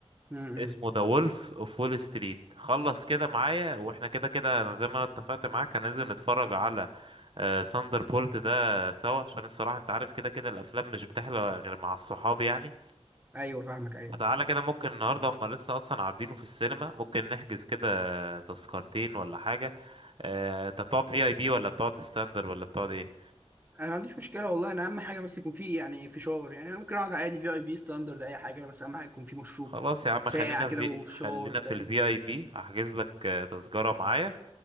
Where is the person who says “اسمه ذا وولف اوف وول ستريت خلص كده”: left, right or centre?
Right